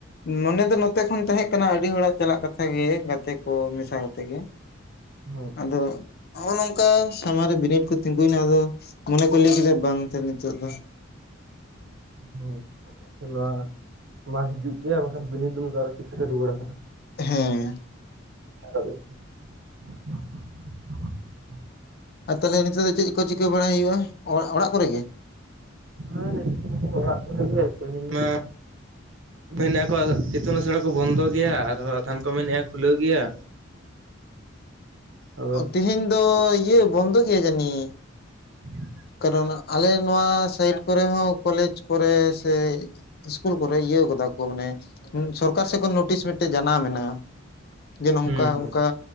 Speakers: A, on the left; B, on the right.
A: ᱢᱚᱱᱮ ᱫᱚ ᱱᱚᱛᱮ ᱠᱷᱚᱱ ᱛᱟᱦᱮᱸᱜ ᱠᱟᱱᱟ ᱟᱹᱰᱤ ᱦᱚᱲᱟᱜ ᱪᱟᱞᱟᱜ ᱠᱟᱛᱷᱟ ᱜᱮ ᱜᱟᱛᱮ ᱠᱚ ᱢᱮᱥᱟ ᱠᱟᱛᱮ ᱜᱮ
B: ᱦᱩᱸ
A: ᱟᱫᱚ ᱱᱚᱜᱼᱚ ᱱᱚᱝᱠᱟ ᱥᱟᱢᱟᱝ ᱨᱮ ᱵᱤᱱᱤᱰ ᱠᱚ ᱛᱤᱸᱜᱩᱭᱱᱟ ᱟᱫᱚ ᱢᱚᱱᱮ ᱠᱚ ᱞᱟᱹᱭ ᱠᱮᱫᱟ ᱵᱟᱝᱛᱮ ᱱᱤᱛᱚᱜ ᱫᱚ
B: ᱦᱩᱸ ᱱᱚᱣᱟ ᱢᱟ ᱦᱤᱡᱩᱜ ᱜᱮᱭᱟ ᱵᱟᱠᱷᱟᱱ ᱵᱤᱱᱤᱰ ᱫᱚ ᱱᱚᱝᱠᱟ ᱨᱮ ᱪᱤᱠᱟᱹᱛᱮ ᱨᱩᱣᱲᱟ ᱱᱷᱟᱜ
A: ᱦᱮᱸ
B: <inaudible>
A: ᱟᱨ ᱛᱟᱦᱚᱞᱮ ᱱᱤᱛᱚᱜ ᱫᱚ ᱪᱮᱫ ᱠᱚ ᱪᱤᱠᱟᱹ ᱵᱟᱲᱟᱭ ᱦᱩᱭᱩᱜᱼᱟ‌ ᱚᱲᱟᱜ ᱠᱚᱨᱮ ᱜᱮ
B: ᱦᱮᱸ ᱱᱤᱛᱚᱜ ᱚᱲᱟᱜ ᱠᱚᱨᱮ ᱜᱮ ᱛᱮᱦᱮᱧ ᱢᱟ ᱢᱮᱱᱮᱫ ᱟᱠᱚ ᱤᱛᱩᱱ ᱟᱥᱲᱟ ᱠᱚ ᱵᱚᱱᱫᱚ ᱜᱮᱭᱟ ᱟᱨᱦᱚᱸ ᱟᱛᱷᱟᱱ ᱠᱚ ᱢᱮᱱᱮᱫᱼᱟ ᱠᱷᱩᱞᱟᱹᱣ ᱜᱮᱭᱟ ᱟᱫᱚ
A: ᱚ ᱛᱮᱦᱮᱧ ᱫᱚ ᱤᱭᱟᱹ ᱵᱚᱱᱫᱚ ᱜᱮᱭᱟ ᱡᱟᱹᱱᱤᱡ
B: ᱦᱸ
A: ᱠᱟᱨᱚᱱ ᱟᱞᱮ ᱱᱚᱣᱟ ᱥᱟᱭᱤᱰ ᱠᱚᱨᱮ ᱦᱚᱸ ᱠᱚᱞᱮᱡᱽ ᱠᱚᱨᱮ ᱥᱮ ᱤᱥᱠᱩᱞ ᱠᱚᱨᱮ ᱤᱭᱟᱹ ᱠᱟᱫᱟ ᱠᱚ ᱢᱟᱱᱮ ᱥᱚᱨᱠᱟᱨ ᱥᱮᱮᱫ ᱠᱷᱚᱱ ᱱᱳᱴᱤᱥ ᱢᱤᱫᱴᱮᱡ ᱡᱟᱱᱟᱢ ᱢᱮᱱᱟᱜ-ᱟ ᱡᱮ ᱱᱚᱝᱠᱟ
B: ᱦᱩᱸ ᱦᱩᱸ
A: ᱚᱱᱠᱟ